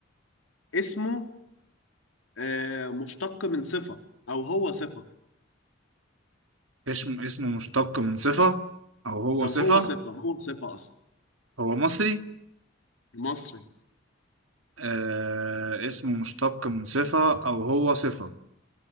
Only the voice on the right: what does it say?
اسم اسمه مشتق من صفة أو هو
صفة
هو مصري
آه اسمه مشتق من صفة أو هو صفة